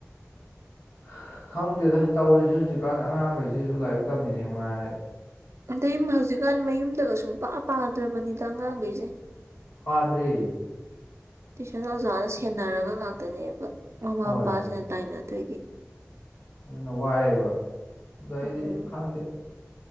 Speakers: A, on the left; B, on the right.
A: ꯍꯥ ꯈꯪꯗꯦꯗ ꯇꯧꯔꯤꯁꯦ ꯍꯧꯖꯤꯛꯀꯥꯟ ꯑꯉꯥꯡꯈꯩꯁꯤꯁꯨ ꯂꯥꯏꯔꯤꯛ ꯇꯝꯃꯤꯅꯦ ꯃꯉꯥꯏꯔꯦ
B: ꯑꯗꯩ ꯍꯧꯖꯤꯛ ꯀꯥꯟ ꯃꯌꯨꯝ ꯗꯒ ꯁꯪꯄꯥ ꯄꯥꯗꯔꯕꯅꯤ ꯗ ꯑꯉꯥꯡ ꯈꯩ ꯖ
A: ꯄꯥꯗ꯭ꯔꯦ
B: ꯇꯨꯏꯁꯟ ꯑꯣꯖꯥꯅ ꯁꯦꯟꯅꯔꯒ ꯉꯥꯛꯇꯅꯦꯕ ꯃꯃꯥ
A: ꯍꯣꯏ
B: ꯃꯄꯥꯁꯤꯅ ꯇꯥꯏꯅꯗꯣꯏ
A: ꯑꯗꯨꯅ ꯋꯥꯏꯌꯦꯕ ꯑꯗꯣ ꯑꯩꯗꯤ
B: ꯎꯝ
A: ꯈꯪꯗꯦ